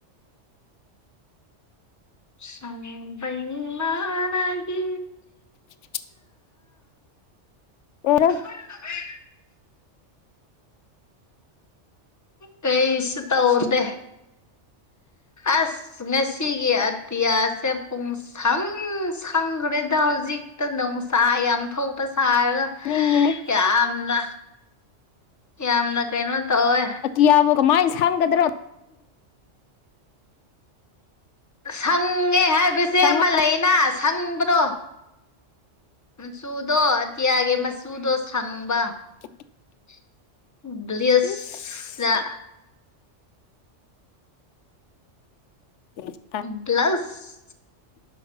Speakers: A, on the left (about 15°); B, on the left (about 80°).
A: ꯁꯝꯕ꯭ꯔꯩ ꯃꯥꯅꯒꯤ
B: <unintelligible> ꯑꯦꯔꯦ
A: <unintelligible> ꯀꯩꯁꯨ ꯇꯧꯗꯦ ꯑꯁ ꯉꯁꯤꯒꯤ ꯑꯇꯤꯌꯥꯁꯦ ꯄꯨꯡ ꯁꯪ ꯁꯪꯈ꯭ꯔꯦꯗ ꯍꯧꯖꯤꯛꯇ ꯅꯨꯡꯁꯥ ꯌꯥꯝ ꯊꯣꯛꯄ ꯁꯥꯔꯒ
B: ꯅꯤꯡꯉꯦꯍꯦ
A: ꯌꯥꯝꯅ ꯌꯥꯝꯅ ꯀꯩꯅꯣ ꯇꯧꯋꯦ
B: ꯑꯇꯤꯌꯥꯕꯣ ꯀꯃꯥꯏꯅ ꯁꯪꯒꯗ꯭ꯔꯣ
A: ꯁꯪꯉꯦ ꯍꯥꯏꯕꯁꯦ
B: ꯁꯪꯉ
A: ꯑꯃ ꯂꯩꯅ ꯁꯪꯕꯗꯣ ꯃꯆꯨꯗꯣ ꯑꯇꯤꯌꯥꯒꯤ ꯃꯆꯨꯗꯣ ꯁꯪꯕ
B: <unintelligible>
A: <unintelligible>
B: ꯏꯁ <unintelligible>
A: ꯄꯂꯨꯁ